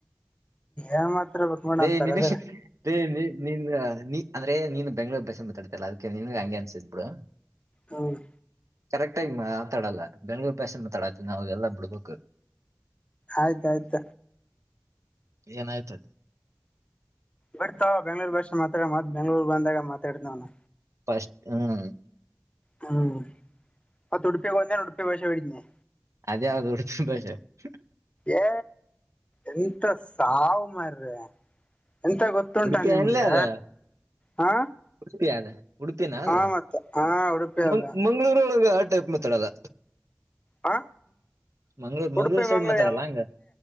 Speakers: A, on the left; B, on the right.
A: ಏನ್ ಮಾತಾಡ್ಬೇಕ್ ನೋಡ
B: <unintelligible>
A: ಅಂತಾರ ಅದ್ರ
B: ನಿನ್ ನೀ ಅಂದ್ರೆ ನೀನ್ ಬೆಂಗ್ಳೂರ್ ಭಾಷೆ ಮಾತಾಡ್ತಲ್ಲ ಅದಕ್ಕೆ ನಿನ್ ಹಂಗೆ ಅನ್ಸಿದ್ ಬಿಡು
A: ಹ್ಮ್
B: ಕರೆಕ್ಟ್ ಆಗಿ ಮಾತಾಡಲ್ಲ ಬೆಂಗ್ಳೂರ್ ಭಾಷೆ ಮಾತಾಡತಿವಿ ನಾವ್ ಎಲ್ಲ ಬಿಡ್ಬೇಕು
A: ಆಯ್ತಾಯ್ತ
B: ಏನಾಯಿತು
A: ಬರ್ತಾವ ಬೆಂಗ್ಳೂರ್ ಭಾಷೆ ಮಾತಾಡಿ ಮತ್ ಬೆಂಗಳೂರ್ ಬಂದಾಗ ಮಾತಾಡ್ತೀನಿ ನಾನು
B: ಫಸ್ಟ್ ಹ್ಮ್
A: ಹ್ಮ್ ಅ ಉಡುಪಿಯ ಕೊಂದ ಉಡುಪಿಯ ವಷ ಮೇಡಿದ್ನೇ
B: ಅದ್ ಯಾವುದು <unintelligible>
A: ಏ ಎಂತ ಸಾವು ಮಾಡಾರ್ರ ಎಂತ ಗೊತ್ತುಂಟಾ
B: ಉಡುಪಿ
A: ನಿಮ್ಗೆ
B: ಅನ್ಲೇ ಅದ
A: ಹಾ
B: ಉಡುಪಿ ಅದ ಉಡುಪಿನ ಅದು
A: ಹಾ ಮತ್ತ ಹಾ ಉಡುಪಿ
B: ಮ್
A: ಅದ
B: ಮಂಗ್ಗಳೂರೊಳಗೆ ಆ ಟೈಪ್ ಮಾತಾಡಲ್ಲ
A: ಹ
B: ಮಂಗ್ಳೂರ್ ಮಂಗ್ಳೂರ್
A: ಉಡುಪಿ
B: ಸೈಡ್
A: ಮಂಗ್ಗಳೂರ್
B: ಮಾತಾಡಲ್ಲ ಹಂಗ